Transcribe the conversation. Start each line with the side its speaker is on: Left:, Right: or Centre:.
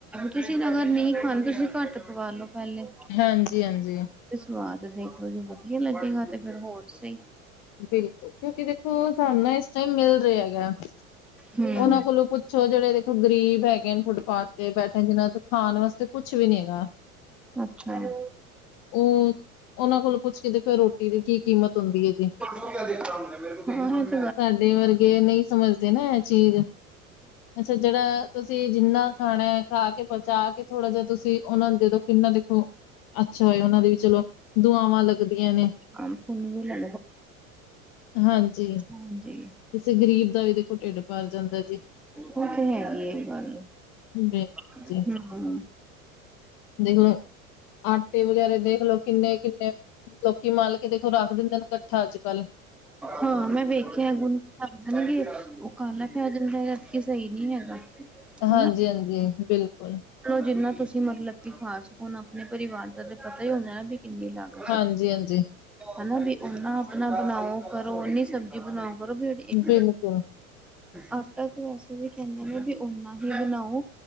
Centre: ਤੁਸੀਂ ਅਗਰ ਨਹੀਂ ਖਾਂਦੇ, ਤੁਸੀਂ ਘੱਟ ਪਵਾ ਲਓ ਪਹਿਲੇ।
Left: ਹਾਂਜੀ ਹਾਂਜੀ
Centre: ਸਵਾਦ ਦੇਖੋ ਜੇ ਵਧੀਆ ਲੱਗੇਗਾ ਤੇ ਫਿਰ ਹੋਰ ਸਹੀ।
Left: ਬਿਲਕੁਲ ਕਿਉਂਕਿ ਦੇਖੋ ਸਾਨੂੰ ਇਸ ਟਾਈਮ ਮਿਲ ਰਿਹਾ ਹੈਗਾ।
Centre: ਹਮ
Left: ਉਹਨਾਂ ਕੋਲੋਂ ਪੁੱਛੋ ਜਿਹੜੇ ਦੇਖੋ ਗਰੀਬ ਹੈਗੇ ਨੇ, ਫੁੱਟਪਾਥ ਤੇ ਬੈਠੇ ਨ ਜਿ। ਨਾਂ ਖਾਣ ਵਾਸਤੇ ਕੁੱਛ ਵੀ ਨੀ ਹੈਗਾ।
Centre: ਅੱਛਾ ਜ
Left: ਉਹ ਉਹਨਾਂ ਕੋਲੋਂ ਪੁੱਛ ਕੇ ਦੇਖੋ ਰੋਟੀ ਦੀ ਕੀ ਕੀਮਤ ਹੁੰਦੀ ਹੈ ਜੀ।
Centre: <unintelligible>
Left: ਸਾਡੇ ਵਰਗੇ ਨਹੀਂ ਸਮਝਦੇ ਨਾ ਇਹ ਚੀਜ਼ ਅੱਛਾ। ਜਿਹੜਾ ਤੁਸੀਂ ਜਿੰਨਾ ਖਾਣਾ ਖਾ ਕੇ ਬਚਾ ਕੇ ਥੋੜਾ ਜਿਹਾ ਤੁਸੀਂ ਉਹਨਾਂ ਨੂੰ ਦੇ ਦੋ ਕਿੰਨਾ ਦੇਖੋ। ਅੱਛਾ ਹੋਏ ਉਹਨਾਂ ਦੀ ਵੀ ਚਲੋ ਦੁਆਵਾਂ ਲੱਗਦੀਆਂ ਨੇ
Centre: ਅੰਬ ਔਬ ਵੀ ਲੈ
Left: ਹਾਂਜੀ।
Centre: ਹਾਂਜੀ
Left: ਕਿਸੇ ਗ਼ਰੀਬ ਦਾ ਵੀ ਦਾ ਦੇਖੋ ਢਿੱਡ ਭਰ ਜਾਂਦਾ ਜੀ।
Centre: ਓ ਤੇ ਹੈ। ਇਹ ਗੱਲ
Left: ਬਿਲ-
Centre: 'ਹਮ
Left: ਜੀ ਦੇਖਲੋ ਆਟੇ ਵਗੈਰਾ ਦੇਖਲਓ ਕਿੰਨੇ ਕਿੰਨੇ ਲੋਕੀ ਮਾਲਕ ਦੇ ਰੱਖ ਦਿੰਦੇ ਨੇ ਇਕੱਠਾ ਅੱਜ ਕੱਲ੍ਹ।
Centre: ਹਾਂ ਮੈਂ ਦੇਖਿਆ ਹੁਣ ਗੇ ਉਹ ਕਾਲਾ ਪੈ ਜਾਂਦਾ ਜਦਕਿ ਸਹੀ ਨਹੀਂ ਹੈਗਾ।
Left: ਹਾਂਜੀ
Centre: ਹਨਾ
Left: ਹਾਂਜੀ ਬਿਲਕੁਲ।
Centre: ਜਿੰਨਾ ਤੁਸੀਂ ਮਤਲਬ ਕਿ ਖਾ ਸਕੋ ਨਾ ਆਪਣੇ ਪਰਿਵਾਰ ਦਾ ਤੇ ਪਤਾ ਹੀ ਹੁੰਦਾ ਨਾ ਵੀ ਕਿੰਨੀ ਲਾਗ
Left: ਹਾਂਜੀ ਹਾਂਜੀ
Centre: ਹਨਾ ਵੀ ਓਨਾ ਆਪਣਾ ਬਣਾਓ ਕਰੋ ਓਨੀ ਸਬਜ਼ੀ ਬਣਾਓ। ਮਤਲਬ ਤੁਹਾਡੀ ਇੱਕ।
Left: ਬਿਲਕੁਲ
Centre: ਆਟਾ ਤੇ ਵੈਸੇ ਵੀ ਕਹਿੰਦੇ ਹਾ, ਨੀ ਵੀ ਓਨਾ ਹੀ ਬਣਾਓ।